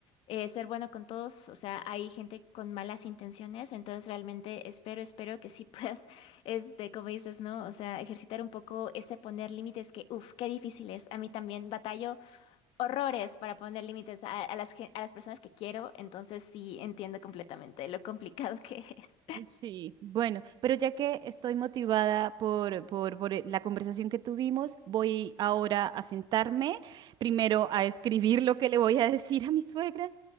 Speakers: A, on the left (about 55°); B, on the right (about 40°).
A: eh, ser bueno con todos, o sea, hay gente con malas intenciones, entonces realmente espero, espero que sí puedas, <laughs> este, como dices, ¿no? O sea, ejercitar un poco ese poner límites que, uff, qué difícil es. A mí también batallo horrores para poner límites a, a las, gen- a las personas que quiero, entonces sí entiendo completamente lo complicado <laughs> que es.
B: Sí, bueno, pero ya que estoy motivada por, por, por eh, la conversación que tuvimos, voy ahora a sentarme, primero a escribir lo que le voy a <laughs> decir a mi suegra,